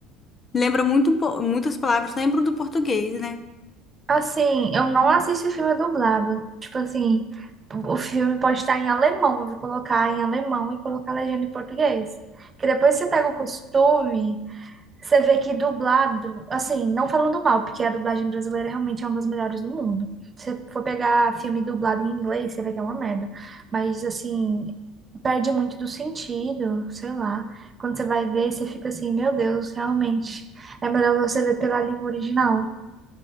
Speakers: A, on the left; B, on the right.
A: lembra muito, um po- muitas palavras lembram do português, né?
B: Assim, eu não assisto filme dublado. Tipo assim, o filme pode estar em alemão, eu vou colocar em alemão e colocar legenda em português. Que depois você pega o costume. Você vê que dublado, assim, não falando mal, porque a dublagem brasileira realmente é uma das melhores do mundo. Se você for pegar filme dublado em inglês, você vê que é uma merda. Mas, assim, perde muito do sentido, sei lá. Quando você vai ver, você fica assim, meu Deus, realmente é melhor você ver pela língua original.